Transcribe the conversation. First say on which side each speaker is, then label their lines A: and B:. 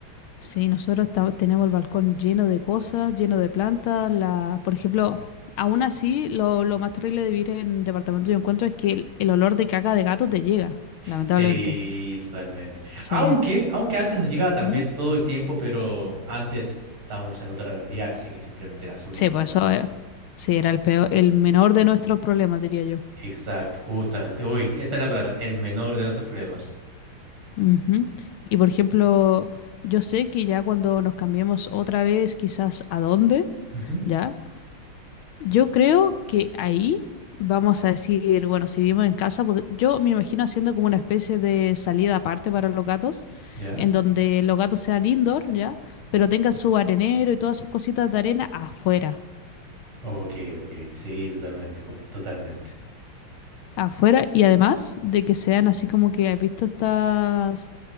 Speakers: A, on the left; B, on the right.
A: Sí, nosotros ta- tenemos el balcón lleno de cosas, lleno de plantas. La, por ejemplo, aún así, lo, lo más terrible de vivir en departamento yo encuentro es que el, el olor de caca de gato te llega, lamentablemente.
B: Sí, totalmente.
A: Sí.
B: Aunque, aunque antes nos llegaba también
A: Ujú.
B: todo el tiempo, pero antes estábamos en otra realidad, así que simplemente la subíamos,
A: Sí, pues
B: yo creo.
A: eso eh, sí, era el peor, el menor de nuestros problemas, diría yo.
B: Exacto, justamente. Uy, esa es la palabra, el menor de nuestros problemas.
A: Ujú. Y por ejemplo, yo sé que ya cuando nos cambiemos otra vez, quizás a dónde.
B: Ujú,
A: ¿ya? Yo creo que ahí vamos a decir, bueno, si vivimos en casa, pod- yo me imagino haciendo como una especie de salida aparte para los gatos,
B: ¿Ya?
A: en donde los gatos sean indoor, ¿ya? Pero tengan su arenero y todas sus cositas de arena afuera.
B: Ok, ok. Sí, totalmente, cos- totalmente.
A: Afuera y además de que sean así como que has visto estas